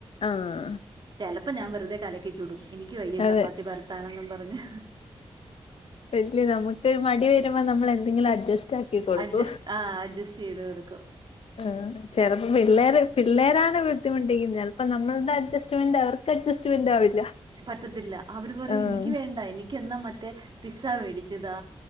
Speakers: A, on the left; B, on the right.
A: ആഹ്...
B: ചിലപ്പോ ഞാൻ വെുതെ കലക്കി ചുടും എനിക്ക് വയ്യ
A: അതെ
B: ചപ്പാത്തി പരത്താനൊന്നും പറഞ്ഞ്
A: ഇല്ല നമക്ക് മടി വരുമ്പോൾ നമ്മൾ എന്തെങ്കിലും അഡ്ജസ്റ്റ് ആക്കി കൊടുക്കും
B: അഡ്ജസ്റ്റ് ആ അഡ്ജസ്റ്റ് ചെയ്ത് കൊടുക്കും
A: ആ ചെലപ്പ പിള്ളേര് പിള്ളേരാണ് ബുദ്ധിമുട്ടിക്കും അപ്പൊ നമ്മളുടെ അഡ്ജസ്റ്റ്മെന്റ് അവർക്ക് അഡ്ജസ്റ്റ്മെന്റ് ആവില്ല
B: പറ്റത്തില്ല അവര് പറയും
A: ആഹ്
B: എനിക്ക് വേണ്ട എനക്ക് എന്നാ മറ്റേ പിസ്സ മേടിച്ച്താ